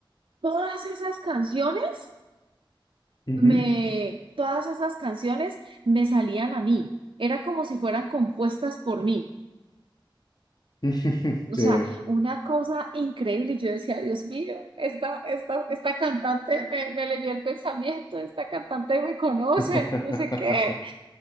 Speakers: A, on the right; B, on the left.
A: todas esas canciones
B: ujú,
A: me, todas esas canciones me salían a mí. Era como si fueran compuestas por mí.
B: ujú. <laughs>
A: O
B: Sí.
A: sea, una cosa increíble. Y Yo decía, Dios mío, esta, esta, esta cantante me, me leyó el pensamiento, esta cantante me conoce,
B: <laughs>
A: no sé qué.